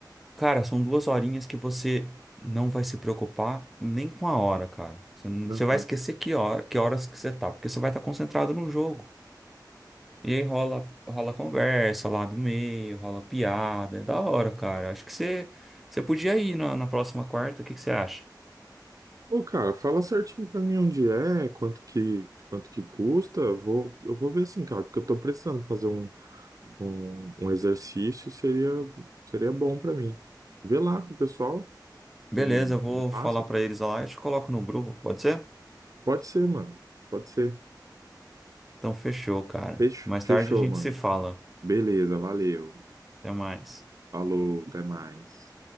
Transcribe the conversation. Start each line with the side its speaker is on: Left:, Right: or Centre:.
Centre: Cara, são duas horinhas que você não vai se preocupar nem com a hora, cara. Você, não-
Right: Aham.
Centre: você vai esquecer que hora, que horas que você tá, porque você vai estar concentrado no jogo. E aí rola, rola conversa lá do meio, rola piada, é da hora, cara. Acho que você, você podia ir na, na próxima quarta, o que que você acha?
Right: Ô, cara, fala certinho pra mim onde é, quanto que, quanto que custa, eu vou, eu vou ver assim, cara, porque eu tô precisando fazer um um, um exercício seria, seria bom pra mim. Vê lá com o pessoal
Centre: Beleza,
Right: e
Centre: eu vou
Right: me passa.
Centre: falar pra eles lá e te coloco no grupo, pode ser?
Right: Pode ser, mano. Pode ser.
Centre: Então fechou, cara.
Right: Fech-
Centre: Mais
Right: Fechou,
Centre: tarde a gente
Right: mano.
Centre: se fala.
Right: Beleza, valeu.
Centre: Até mais.
Right: Falou, até mais.